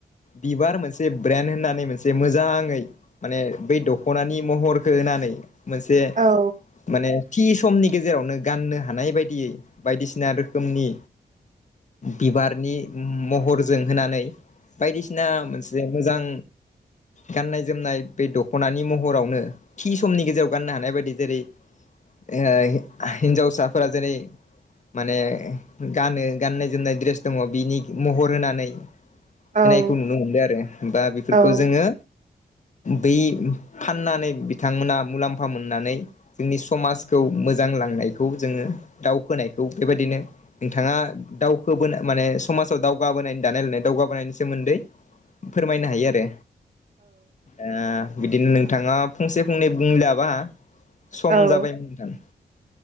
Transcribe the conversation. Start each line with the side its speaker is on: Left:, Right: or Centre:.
Left: बिबार मोनसे ब्रेन्ड होननानै मोनसे मोजाङै माने बै दखनानि महरखौ होनानै मोनसे
Right: औ
Left: माने थि समनि गेजेरावनो गाननो हानाय बायदियै बायदिसिना रोखोमनि बिबारनि महरजों होनानै बायदिसिना मोनसे मोजां गाननाय जोमनाय बे दख'नानि महरावनो थि समनि गेजेराव गाननो हानाय बायदि जेरै होय हिन्जावसाफोरा जेरै माने गानो गाननाय जोमनाय द्रेस दङ बिनि महर होनानै
Right: औ
Left: होनायखौ नुनो मोनदों आरो होमबा बेफोरखौ
Right: औ
Left: जोङो बै फाननानै बिथांमोना मुलाम्फा मोननानै जोंनि समाजखौ मोजां लांनायखौ जोङो दावखोनायखौ बेबायदिनो नोंथाङा दावखोबो माने समाजाव दावगाबोनायनि दानाय लोंनाय दावगाबोनायनि सोमोन्दै फोरमायनो हायो आरो ओ बिदिनो नोंथाङा फंसे फंनै बुंलाबा
Right: औ
Left: सम जाबायमोन नोंथां।